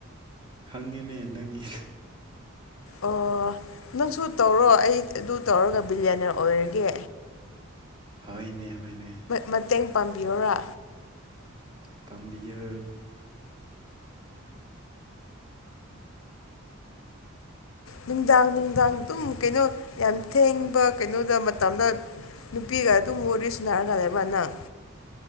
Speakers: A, on the right (about 20°); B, on the left (about 70°).
A: ꯈꯪꯉꯦꯅꯦ ꯅꯪꯒꯤ
B: ꯑꯣ ꯅꯪꯁꯨ ꯇꯧꯔꯣ ꯑꯩ ꯑꯗꯨ ꯇꯧꯔꯒ ꯕꯤꯂꯤꯅ꯭ꯌꯔ ꯑꯣꯏꯔꯒꯦ
A: ꯍꯣꯏꯅꯦ ꯍꯣꯏꯅꯦ
B: ꯃꯇꯦꯡ ꯄꯥꯡꯕꯤꯌꯨꯔꯥ
A: ꯄꯥꯝꯕꯤꯌꯣ
B: ꯅꯨꯡꯗꯥꯡ ꯅꯨꯡꯗꯥꯡ ꯑꯗꯨꯝ ꯀꯩꯅꯣ ꯌꯥꯝ ꯊꯦꯡꯕ ꯀꯩꯅꯣꯗ ꯃꯇꯝꯗ ꯅꯨꯄꯤꯒ ꯑꯗꯨꯝ ꯋꯥꯔꯤ ꯁꯥꯟꯅꯔꯒ ꯂꯩꯕ ꯅꯪ